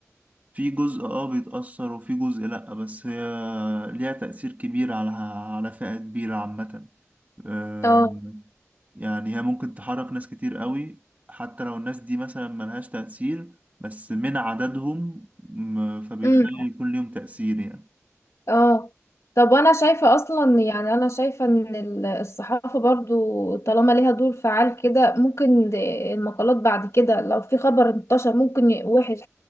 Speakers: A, on the right (about 30°); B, on the left (about 70°).
A: في جزء اه بيتأثر وفي جزء لأ بس هي ليها تأثير كبير على على فئة كبيرة عامة أم،
B: اه
A: يعني هي ممكن تحرك ناس كتير قوي حتى لو الناس دي مثلا ملهاش تأثير بس من عددهم م- فبيخلي
B: امم
A: يكون ليهم تأثير يعني
B: اه طب انا شايفة اصلا يعني انا شايفة ان ال- الصحافة برضو طالما ليها دور فعال كده ممكن د- المقالات بعد كده لو في خبر انتشر ممكن ي- وحش